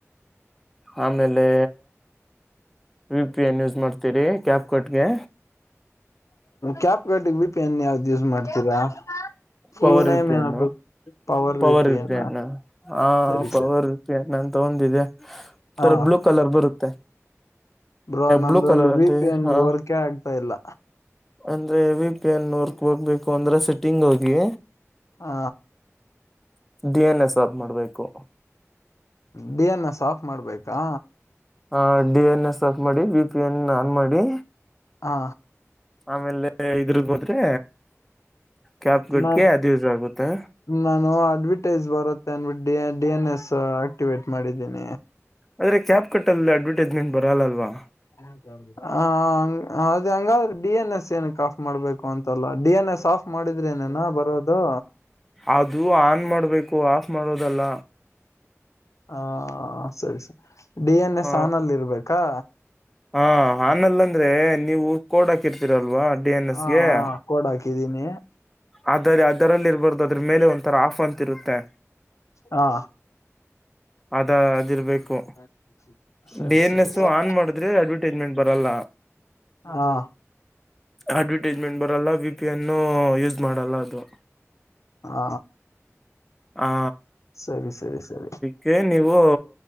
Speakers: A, in the centre; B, on the left.
A: ಆಮೇಲೆ ವಿ ಪಿ ನ್ ಯೂಸ್ ಮಾಡ್ತೀರಿ ಕ್ಯಾಪ್ ಕಟ್ಗೆ.
B: ಕ್ಯಾಪ್ ಕಟ್ಗೆ ವಿ ಪಿ ನ್ ಯಾವ್ದ್ ಯೂಸ್ ಮಾಡ್ತೀರಾ? ಫುಲ್
A: ಪವರ್
B: ನೇಮ್
A: ರಿಪೇನು
B: ಏನಾದ್ರು
A: ಪವರ್
B: ವಿ ಪಿ
A: ರಿಪೇನು
B: ಎನ್
A: ಹ
B: ಸರಿ
A: ಪವರ್
B: ಸರಿ
A: ಪ ನಂತ ಒಂದಿದೆ
B: ಹಾ
A: ತರ ಬ್ಲೂ ಕಲರ್ ಬರುತ್ತೆ.
B: ಬ್ರೋ ನನ್ದ್ರಲ್ಲಿ
A: ಬ್ಲೂ ಕಲರ್
B: ವಿ
A: ಅಂತ
B: ಪಿ ಎನ್
A: ಹ
B: ವರ್ಕೆ ಆಗ್ತಾ ಇಲ್ಲ.
A: ಅಂದ್ರೆ ವಿ ಪಿ ಎನ್ ವರ್ಕ್ ಹೋಗ್ಬೇಕು ಅಂದ್ರೆ ಸೆಟ್ಟಿಂಗ್ ಹೋಗಿ.
B: ಆ
A: ಡಿ ಎನ್ ಎಸ್ ಆಫ್ ಮಾಡ್ಬೇಕು.
B: ಡಿಎನ್ಎಸ್ ಆಫ್ ಮಾಡ್ಬೇಕಾ?
A: ಆ ಡಿ ಎನ್ ಎಸ್ ಆಫ್ ಮಾಡಿ ಬಿ ಪಿ ಎನ್ ಆನ್ ಮಾಡಿ.
B: ಹಾ
A: ಆಮೇಲೆ ಇದ್ರ್ಗ್ ಹೋದ್ರೆ ಕ್ಯಾಪ್ ಕಟ್ಗೆ
B: ನಾನ್
A: ಅದು ಯೂಸ್ ಆಗುತ್ತೆ.
B: ನಾನು ಅಡ್ವರ್ಟೈಸ್ ಬರುತ್ತೆ ಅಂದ್ಬಿಟ್ಟು D D N S activate ಮಾಡಿದ್ದೀನಿ.
A: ಆದ್ರೆ ಕ್ಯಾಪ್ ಕಟ್ಟಲ್ ಅಡ್ವರ್ಟೈಸ್ಮೆಂಟ್ ಬರಲ್ಲ ಅಲ್ವಾ.
B: ಹೌದೌದು. ಹ ಹಂಗ ಅದ ಹಂಗಾದ್ರೆ ಡಿ ಎನ್ ಎಸ್ ಏನಕ್ಕೆ ಆಫ್ ಮಾಡ್ಬೇಕು ಅಂತಲ್ಲ ಡಿ ಎನ್ ಎಸ್ ಆಫ್ ಮಾಡಿದ್ರೆನೆನ ಬರೋದು.
A: ಅದು ಆನ್ ಮಾಡ್ಬೇಕು ಆಫ್ ಮಾಡೋದಲ್ಲ.
B: ಹ ಸರಿ ಸರಿ ಡಿ ಎನ್ ಎಸ್
A: ಹ
B: ಆನಲ್ಲ್ ಇರ್ಬೇಕಾ?
A: ಹ ಆನಲ್ಲಂದ್ರೆ ನೀವು ಕೊಡಕ್ ಕ್ಕರ್ತೀರಲ್ವ ಡಿ ಎನ್ ಎಸ್ಗೆ
B: ಹ ಹ
A: ಅ
B: ಕೋಡ್ ಹಾಕಿದ್ದೀನಿ
A: ಅದ್ ಅದರಲ್ಲಿ ಇರ್ಬಾರ್ದು. ಅದ್ರ ಮೇಲೆ ಒಂಥರ ಆಫ್ ಅಂತ ಇರುತ್ತೆ.
B: ಹಾ
A: ಅದ ಅದಿರ್ಬೇಕು.
B: <unintelligible>
A: ಡಿ ಎನ್
B: ಸರಿ
A: ಎಸ್
B: ಸರಿ
A: ಆನ್ ಮಾಡಿದ್ರೆ ಅಡ್ವರ್ಟೈಸ್ಮೆಂಟ್ ಬರಲ್ಲ.
B: ಹಾ
A: ಅಡ್ವರ್ಟೈಸ್ಮೆಂಟ್ ಬರಲ್ಲ ವಿಪಿನ್ನು ಯೂಸ್ ಮಾಡಲ್ಲ ಅದು.
B: ಹಾ.
A: ಹಾ
B: ಸರಿ ಸರಿ ಸರಿ.
A: ಕೆ ನೀವು